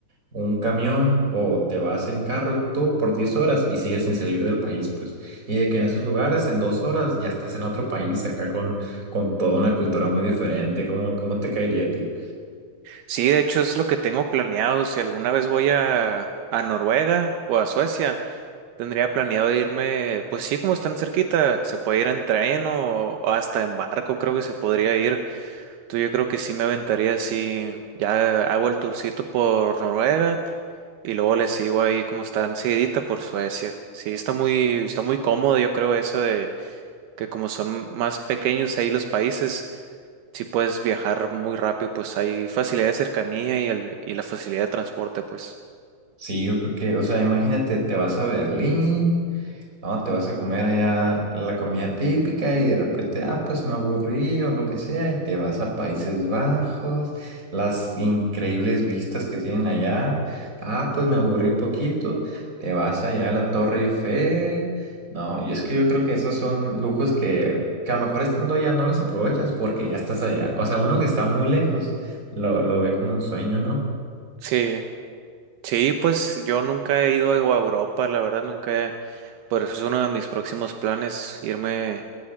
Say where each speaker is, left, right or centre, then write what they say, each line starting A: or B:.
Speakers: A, on the right; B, on the right.
A: un camión o te vas en carro tú por 10 horas y sigues sin salir del país, pues. Y de que en esos lugares, en dos horas, ya estás en otro país acá con, con toda una cultura muy diferente. ¿Cómo, cómo te caería a ti?
B: Sí, de hecho es lo que tengo planeado. Si alguna vez voy a, a Noruega o a Suecia, tendría planeado irme, pues sí, como están cerquita, se puede ir en tren o, o hasta en barco, creo que se podría ir. Entonces yo creo que sí me aventaría así, ya hago el tourcito por Noruega. Y luego le sigo ahí como están seguidita por Suecia. Sí, está muy, está muy cómodo, yo creo, eso que como son más pequeños ahí los países, si puedes viajar muy rápido, pues hay facilidad de cercanía y, el, y la facilidad de transporte, pues.
A: Sí, porque, o sea, imagínate, te vas a Berlín. No, te vas a comer allá la comida típica y de repente, ah, pues me aburrí o lo que sea, y te vas a Países Bajos, las increíbles vistas que tienen allá, ah, pues me aburrí un poquito, te vas allá a la Torre Eiffel. No, y es que yo creo que esos son lujos que, que a lo mejor estando allá no los aprovechas porque ya estás allá. O sea, uno que está muy lejos lo, lo ve como un sueño, ¿no?
B: Sí, sí, pues yo nunca he ido a Europa, la verdad, nunca he- Por eso es uno de mis próximos planes, irme